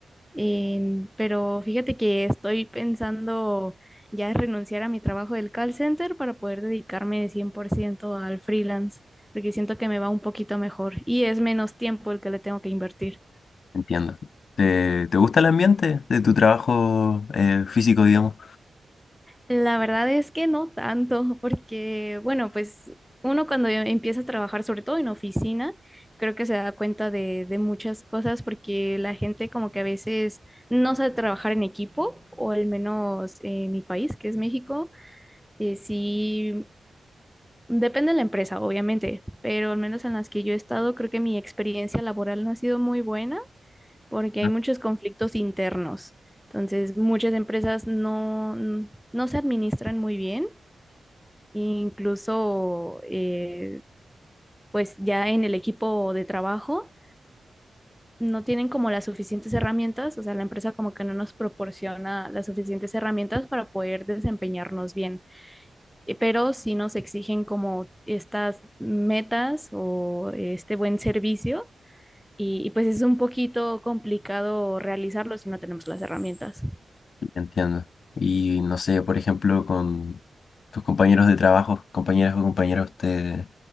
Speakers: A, in the centre; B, on the left (about 65°).
A: En- pero fíjate que estoy pensando ya renunciar a mi trabajo del call center para poder dedicarme de ciento al freelance, porque siento que me va un poquito mejor y es menos tiempo el que le tengo que invertir.
B: Entiendo. ¿Te, te gusta el ambiente de tu trabajo eh, físico, digamos?
A: La verdad es que no tanto, porque bueno, pues uno cuando ya empieza a trabajar, sobre todo en oficina, creo que se da cuenta de, de muchas cosas, porque la gente como que a veces no sabe trabajar en equipo, o al menos en mi país, que es México Eh, sí, depende de la empresa, obviamente, pero al menos en las que yo he estado, creo que mi experiencia laboral no ha sido muy buena porque hay
B: ¿No?
A: muchos conflictos internos. Entonces, muchas empresas no, no se administran muy bien, incluso eh, pues ya en el equipo de trabajo no tienen como las suficientes herramientas, o sea, la empresa como que no nos proporciona las suficientes herramientas para poder desempeñarnos bien. eh, pero sí nos exigen como estas metas o este buen servicio y, y pues es un poquito complicado realizarlo si no tenemos las herramientas.
B: Entiendo. Y no sé, por ejemplo, con tus compañeros de trabajo, compañeras o compañeros, ¿te,